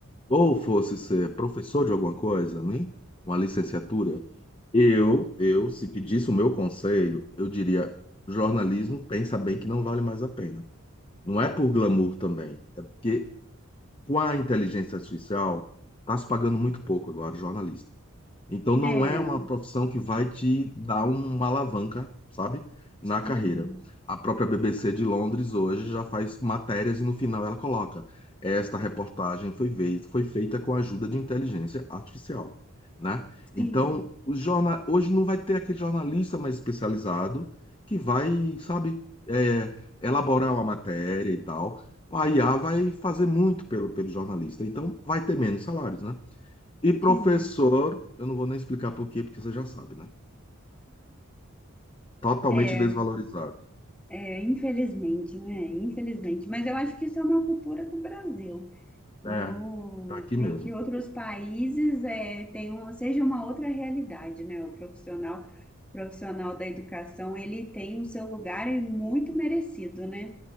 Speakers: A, on the left; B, in the centre.
A: ou fosse ser professor de alguma coisa, né? Uma licenciatura eu, eu, se pedisse o meu conselho, eu diria: jornalismo pensa bem que não vale mais a pena. Não é por glamour também, é porque com a inteligência artificial está se pagando muito pouco agora, jornalista. Então não
B: É,
A: é uma profissão que vai te dar uma alavanca, sabe, na
B: sim,
A: carreira. A própria BBC de Londres hoje já faz matérias e no final ela coloca: esta reportagem foi vei- foi feita com a ajuda de inteligência artificial, né? Então,
B: sim,
A: o jornal hoje não vai ter aquele jornalista mais especializado que vai, sabe, é, elaborar uma matéria e tal. A IA vai fazer muito pelo, pelo jornalista, então vai ter menos salários, né? E professor,
B: sim.
A: eu não vou nem explicar por quê, porque você já sabe, né? Totalmente
B: É,
A: desvalorizado.
B: é, infelizmente, né? Infelizmente. Mas eu acho que isso é uma cultura do Brasil. Eu
A: É, daqui
B: creio
A: mesmo.
B: que outros países é, tenham, seja uma outra realidade, né? O profissional, profissional da educação, ele tem o seu lugar e muito merecido, né?